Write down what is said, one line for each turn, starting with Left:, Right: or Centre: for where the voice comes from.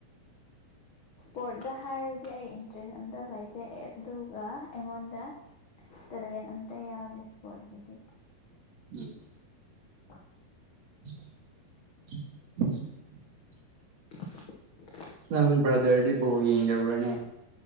Left: ꯏꯁꯄꯣꯔꯠꯇ ꯍꯥꯏꯔꯗꯤ ꯑꯩ ꯏꯟꯇꯔꯦꯁ ꯑꯝꯇ ꯂꯩꯇꯦ ꯑꯗꯨꯒ ꯑꯩꯉꯣꯟꯗ ꯇꯦꯂꯦꯟ ꯑꯝꯇ ꯌꯥꯎꯗꯦ ꯏꯁꯄꯣꯔꯠꯀꯤꯗꯤ
Right: ꯎꯝ
Left: <inaudible>
Right: <inaudible>
Left: <unintelligible>
Right: ꯅꯪ ꯕ꯭ꯔꯥꯗꯔꯗꯤ ꯕꯣꯜ ꯌꯦꯡꯗꯕ꯭ꯔꯥꯅꯦ